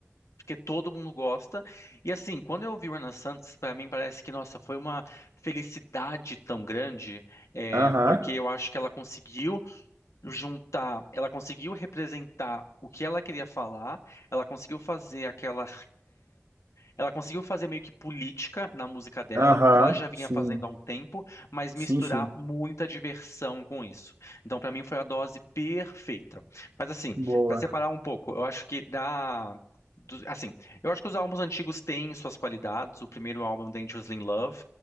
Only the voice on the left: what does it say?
porque todo mundo gosta. E assim, quando eu ouvi o Ana Santos, para mim parece que, nossa, foi uma felicidade tão grande, é,
porque eu acho que ela conseguiu juntar, ela conseguiu representar o que ela queria falar, ela conseguiu fazer aquela ela conseguiu fazer meio que política na música dela,
o que ela já vinha
fazendo há um tempo, mas
misturar
muita diversão com isso. Então, pra mim, foi a dose perfeita. Mas, assim,
pra separar um pouco, eu acho que da. do- assim, eu acho que os álbuns antigos têm suas qualidades. O primeiro álbum, Dangerously in Love,